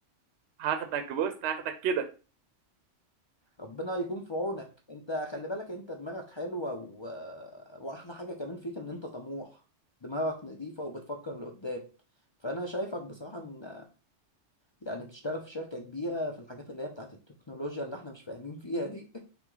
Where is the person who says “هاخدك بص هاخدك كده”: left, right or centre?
Right